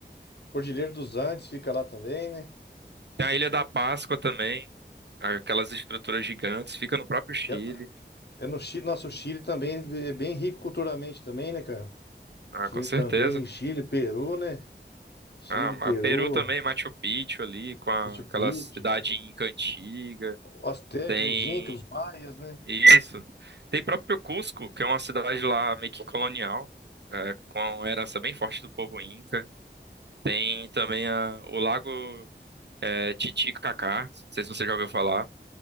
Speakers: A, on the left; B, on the right.
A: Cordilheira dos Andes fica lá também, né?
B: Tem a Ilha da Páscoa também, aquelas estruturas gigantes, fica no próprio Chile.
A: É, é no Chile, nosso Chile também é é bem rico culturalmente também, né, cara?
B: Ah,
A: Chile
B: com certeza.
A: também, Chile, Peru, né? Chile,
B: Ah, ma-
A: Peru,
B: Peru também, Machu Picchu ali, com a-
A: Machu
B: aquela
A: Picchu,
B: cidade inca antiga.
A: os Aztecas,
B: Tem
A: os Incas, os Maias, né?
B: Isso. Tem próprio Cusco, que é uma cidade lá meio que colonial, é, com herança bem forte do povo Inca. Tem também a- o Lago é, Titicacá, não sei se você já ouviu falar.